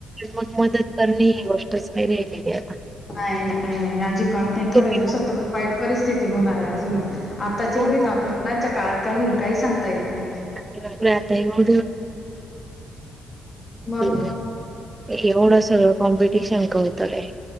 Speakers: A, on the right; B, on the left.
A: मग मदत करणे ह गोष्टच वरे <unintelligible>
B: नाई नाई नाई अजीबात नाई थोड्या
A: तुम्ही
B: दिवसात तर खूप वाईट परिस्थिती होणार. अजूनच. आताच
A: हो
B: एवढी
A: हो
B: त आपल्या मुलांच्या काळात काय होईल काही सांगता येत नाही.
A: <unintelligible> <unintelligible> त्यांना त येवू
B: मग
A: द्या. एवढं सगळं कॉम्पिटिशन <unintelligible> होत काय?